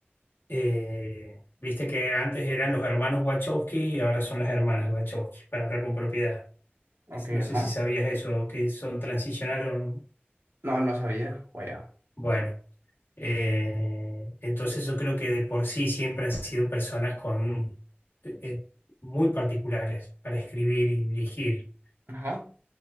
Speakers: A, on the left (about 60°); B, on the right (about 75°).
A: eh, viste que antes eran los hermanos Wachowski y ahora son las hermanas Wachowski, para hablar con propiedad.
B: Ok,
A: No sé
B: ajá.
A: si sabías eso, que son, transicionaron.
B: No, no sabía. Vaya.
A: Bueno. Eh, entonces yo creo que de por sí siempre han sido personas con eh, muy particulares para escribir y dirigir.
B: Ajá.